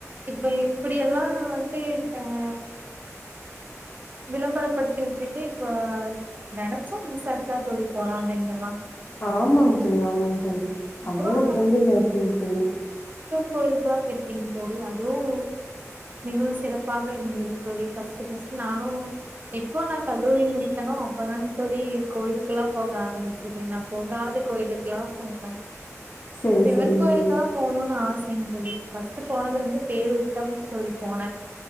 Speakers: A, on the right; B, on the left.
A: இப்ப இப்படி எல்லா எப்டி இருக்காங்க விளம்பரப்படுத்தி உட்டுட்டு இப்ப நெனைச்சா ஈசாக்குதா தோழி போறாங்க இங்கெல்லா
B: ஆமாங்க தோழி ஆமாங்க தோழி
A: அப்றோ
B: அவ்ளோ ட்ரெண்டிங் ஆயிடுச்சுங்க தோழி
A: கோயிலுக்கெல்லா போயிருக்கேங்க தோழி அதுவு மிகவு சிறப்பாக இருந்தது தோழி ஃபஸ்ட்டு ஃபஸ்ட் நானு எப்போ நா கல்லூரி முடித்தனோ அப்பதாங் தோழி கோயுலுக்கெல்லா போக ஆரமிச் சது நா போகாத கோயிலுக்கெல்லா சொல்றே
B: சரி
A: சிவன்
B: சரிங்க
A: கோயிலுக்கெல்லா
B: தோழி
A: போணுனு ஆச செரிங்க தோழி ஃபஸ்ட் போனது வந்து பேரூர்க்குதானுங் தோழி போன